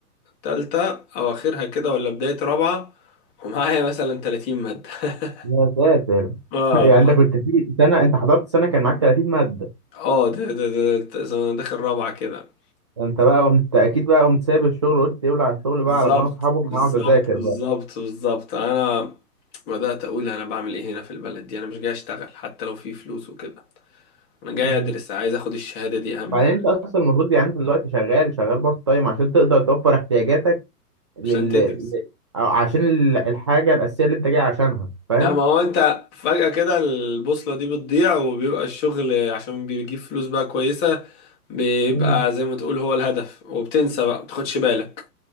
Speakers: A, on the left; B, on the right.
A: تالتة او اخرها كده ولا بداية رابعة ومعايا مثلا 30 مادة <laughs>
B: يا ساتر
A: اه
B: <laughs> يعني انت كنت في سنة انت حضرت سنة كان معاك 30 مادة
A: اه ده ده ده ده- ده أنا داخل رابعة كده
B: انت بقى قمت اكيد بقى قمت سايب الشغل وقلت يولع على الشغل بقى
A: بالظبط
B: على دماغ اصحابه انا
A: بالظبط
B: هقعد اذاكر
A: بالظبط بالظبط انا بدأت اقول انا بعمل ايه هنا في البلد دي انا مش جاي اشتغل حتى لو في فلوس وكده انا جاي
B: مم.
A: ادرس عايز اخد الشهادة دي اهم
B: بعدين
A: حاجة
B: انت اصلا المفروض يعني انت دلوقتي شغال شغال بارت تايم عشان تقدر توفر احتياجاتك لل
A: عشان تدرس
B: ل- أو عشان ال- الحاجه الاساسيه اللي انت جاي عشانها فاهم
A: لا ما هو انت فجأة كده البوصلة دي بتضيع وبيبقى الشغل عشان بيجيب فلوس بقى كويسة بيبقى
B: مم.
A: زي ما تقول هو الهدف وبتنسى بقى بتاخدش بالك